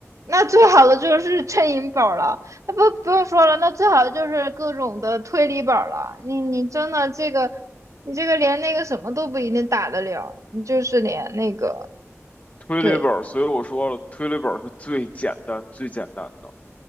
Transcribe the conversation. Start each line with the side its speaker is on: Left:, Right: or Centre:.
Right: 那最好的就是衬银本儿了，那不不用说了，那最好的就是各种的推理本儿了。你你真的这个，你这个连那个什么都不一定打得了，你就是连那个
Left: 推理本儿，
Right: 对。
Left: 所以我说了，推理本儿是最简单最简单的，